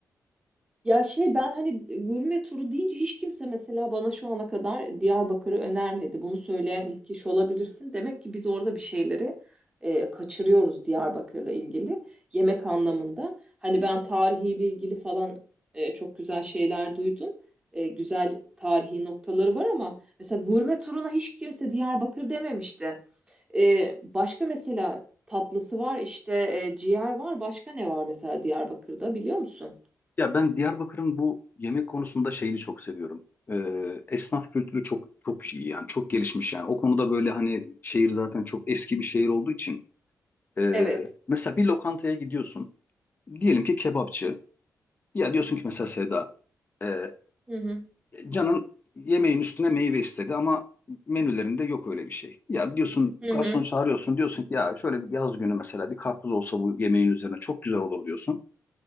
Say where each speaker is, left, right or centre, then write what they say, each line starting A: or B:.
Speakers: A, on the right; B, on the left.
A: Ya şey ben hani gurme turu deyince hiç kimse mesela bana şu ana kadar Diyarbakır'ı önermedi. Bunu söyleyen ilk kişi olabilirsin. Demek ki biz orada bir şeyleri e, kaçırıyoruz Diyarbakır'la ilgili yemek anlamında. Hani ben tarihiyle ilgili falan e, çok güzel şeyler duydum. E, güzel tarihi noktaları var ama mesela gurme turuna hiç kimse Diyarbakır dememişti. E, başka mesela tatlısı var işte e, ciğer var. Başka ne var mesela Diyarbakır'da biliyor musun?
B: Ya ben Diyarbakır'ın bu yemek konusunda şeyini çok seviyorum. Ee, esnaf kültürü çok çok iyi yani çok gelişmiş yani. O konuda böyle hani şehir zaten çok eski bir şehir olduğu için. ee,
A: Evet.
B: mesela bir lokantaya gidiyorsun. Diyelim ki kebapçı. Ya diyorsun ki mesela Sevda. ee,
A: Hı hı.
B: canın yemeğin üstüne meyve istedi ama menülerinde yok öyle bir şey. Ya diyorsun
A: Hı
B: garson
A: hı.
B: çağırıyorsun diyorsun ki ya şöyle bir yaz günü mesela bir karpuz olsa bu yemeğin üzerine çok güzel olur diyorsun